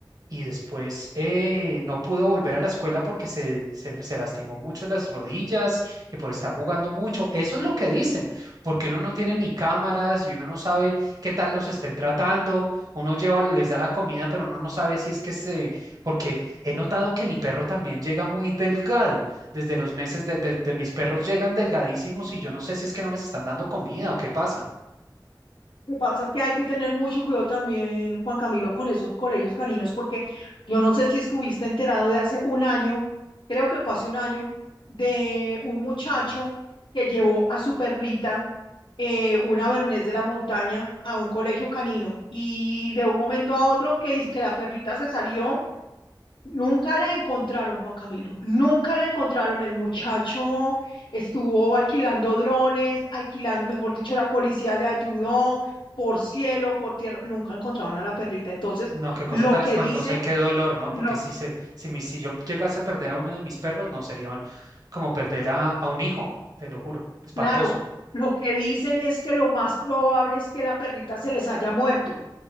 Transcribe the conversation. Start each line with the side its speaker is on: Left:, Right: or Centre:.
Right: y después eh, no pudo volver a la escuela porque se, se, se lastimó mucho las rodillas y por estar jugando mucho. Eso es lo que dicen, porque uno no tiene ni cámaras y uno no sabe qué tal los estén tratando. Uno lleva, les da la comida, pero uno no sabe si es que se... Porque he notado que mi perro también llega muy delgado. Desde los meses de, de de mis perros llegan delgadísimos y yo no sé si es que no les están dando comida o qué pasa.
Left: Lo que pasa es que hay que tener mucho cuidado también, Juan Camilo, con esos colegios caninos, porque yo no sé si estuviste enterado de hace un año, creo que fue hace un año, de un muchacho que llevó a su perrita, eh, una Bernés de la montaña, a un colegio canino. Y de un momento a otro, que dice que la perrita se salió Nunca la encontraron, Juan Camilo, nunca la encontraron. El muchacho estuvo alquilando drones, alquilando, mejor dicho, la policía le ayudó por cielo, por tierra, nunca encontraron a la perrita. Entonces,
Right: No, qué cosa
Left: lo
Right: tan
Left: que
Right: espantosa
Left: dicen,
Right: y qué dolor, ¿no?
Left: lo
Right: Porque si, se, si, mi- si yo llegase a perder a uno de mis perros, no, sería un- como perder a, a un hijo, te lo juro. Espantoso.
Left: Claro, lo que dicen es que lo más probable es que la perrita se les haya muerto